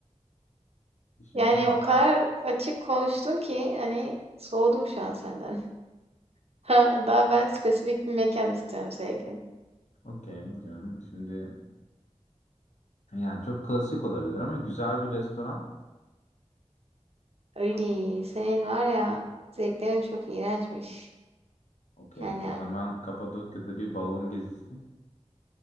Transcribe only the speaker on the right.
Yani o kadar açık konuştun ki hani soğudum şu an senden. <laughs> Ha, Daha ben spesifik bir mekan istiyorum sevgilim.
Öyle senin var ya zevklerin çok iğrençmiş.
Yani